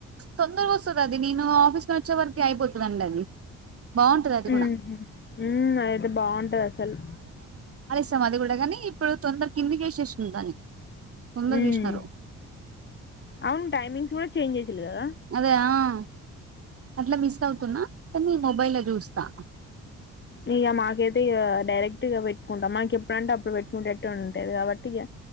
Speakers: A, on the right (about 50°); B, on the left (about 40°).
A: తొందరగా వస్తుది అది నేను ఆఫీస్ <unintelligible> వచ్చే వరకి అయిపోతుందండి అది బాగుంటది అది కూడా
B: ఊహూ ఊ అదైతే బావుంటాది అసలు
A: తం అది కూడా కానీ ఇప్పుడు తొందరకి కిందికేషేష్నా దాన్ని తొందరగేష్నారు
B: హ్మ్. అవును టైమింగ్స్ కూడా చేంజ్ చేసిల్లు కదా
A: అదే ఆ అట్లా మిస్ అవుతున్నా కానీ మొబైల్ లో చూస్తా
B: ఇగ మాకైతే ఇగ డైరెక్ట్ గా పెట్టుకుంటాం మాకు ఎప్పుడంటే అప్పుడు పెట్టుకుంటేట్టు ఉంటేది కాబట్టి ఇగ